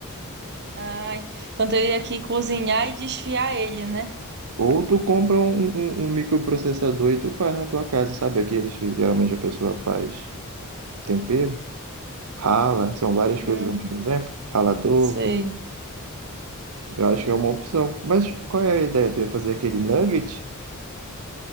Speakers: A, on the right (about 50°); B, on the right (about 80°).
A: Ai, então teria que cozinhar e desfiar ele, né?
B: Ou tu compra um, um, um um microprocessador e tu faz na tua casa, sabe? Aqueles que geralmente a pessoa faz tempero, rala, são várias
A: Uhum,
B: coisas ao mesmo tempo. Ralador,
A: sei.
B: Eu acho que é uma opção. Mas qual era a ideia? Tu ia fazer aquele nugget?